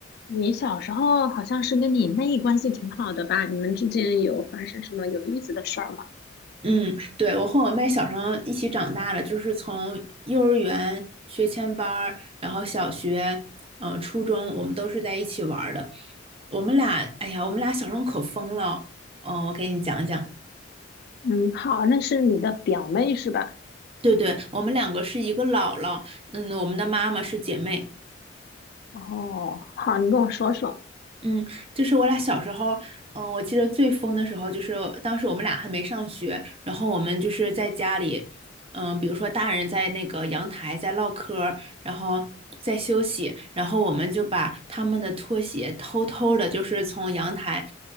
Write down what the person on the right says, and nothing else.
嗯，对，我和我妹小时候一起长大的，就是从幼儿园学前班儿，然后小学，嗯，初中，我们都是在一起玩儿的。我们俩，哎呀，我们俩小时候可疯了。嗯、我给你讲讲。
对对，我们两个是一个姥姥，嗯，我们的妈妈是姐妹。
嗯，就是我俩小时候，嗯、我记得最疯的时候，就是当时我们俩还没上学，然后我们就是在家里，嗯、比如说大人在那个阳台在唠嗑儿然后在休息，然后我们就把他们的拖鞋偷偷的，就是从阳台